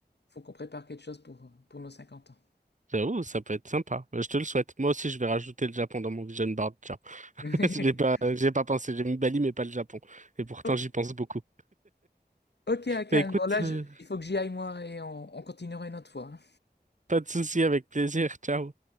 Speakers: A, on the left; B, on the right.
A: faut qu'on prépare quelque chose pour, pour nos 50 ans.
B: J'avoue, ça peut être sympa. Euh, Je te le souhaite. Moi aussi, je vais rajouter le Japon dans mon vision board. Tiens, <laughs>
A: <laughs>
B: je l'ai pas, j'ai pas pensé. J'ai mis Bali, mais pas le Japon. Et pourtant,
A: O-
B: j'y pense beaucoup.
A: Ok, Hakan,
B: Bah, écoute,
A: bon là,
B: euh,
A: je- il faut que j'y aille moi et on, on continuera une autre fois. hein.
B: Pas de souci, avec plaisir. Ciao.